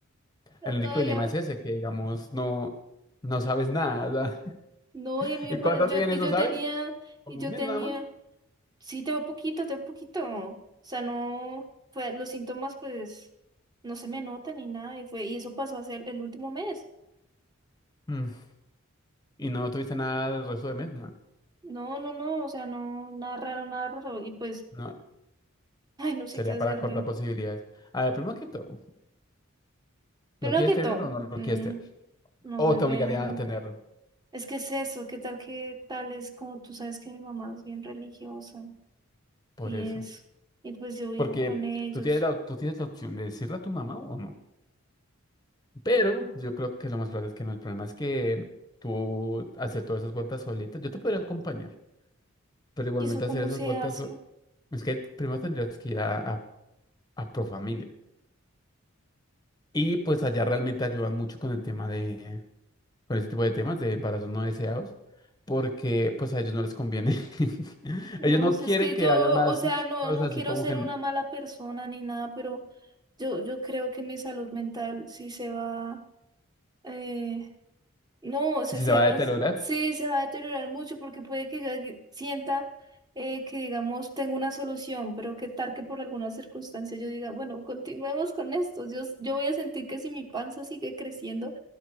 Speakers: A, on the right; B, on the left.
A: <laughs>
B: El único
A: todavía.
B: dilema
A: me-
B: es ese, que digamos no, no sabes nada. o sea,
A: No,
B: <laughs>
A: y a mí me
B: ¿Y
A: parece,
B: cuánto
A: yo,
B: tienes?
A: y
B: ¿No
A: yo
B: sabes?
A: tenía,
B: Como
A: y yo
B: un mes
A: tenía,
B: nada más.
A: sí, tengo poquito, tengo poquito. O sea, no, fue, los síntomas, pues, no se me notan ni nada, y fue, y eso pasó hace el el último mes.
B: Mm, Y no tuviste nada el resto de mes, no.
A: No, no, no, o sea, no, nada raro, nada raro. Y pues
B: No,
A: Ay, no sé
B: sería
A: qué hacerle.
B: para cortar posibilidades. A ver, primero que todo,
A: Primero
B: ¿lo quieres
A: que
B: tener
A: todo,
B: o no lo
A: mm,
B: quieres tener?
A: no
B: O
A: beben.
B: te obligarían a tenerlo,
A: Es que es eso, qué tal que tal es como tú sabes que mi mamá es bien religiosa
B: por
A: y
B: eso.
A: es, y pues yo vivo
B: Porque
A: con ellos.
B: tú tienes la, tú tienes la opción de decirle a tu mamá o no. Pero yo creo que lo más probable es que no. El problema es que tú hacer todas esas vueltas solita, yo te podría acompañar, pero igualmente
A: ¿Y eso cómo
B: hacer esas
A: se
B: vueltas,
A: hace?
B: sol- es que primero tendrías que ir a, a, a Profamilia. Y pues allá realmente ayudan mucho con el tema de, con ese tipo de temas de embarazos no deseados, porque pues a ellos no les conviene. <laughs>
A: No
B: Ellos no
A: sé,
B: quieren
A: es que
B: que
A: yo,
B: haya más
A: o sea,
B: niños
A: no, no
B: así
A: quiero
B: como
A: ser
B: que n-
A: una mala persona ni nada, pero yo, yo creo que mi salud mental sí se va, eh, No, se,
B: si
A: se
B: se va
A: va,
B: a deteriorar.
A: a s- sí, se va a deteriorar mucho porque puede que yo di- sienta eh, que, digamos, tengo una solución, pero qué tal que por alguna circunstancia yo diga, bueno, continuemos con esto. Yo, s- yo voy a sentir que si mi panza sigue creciendo,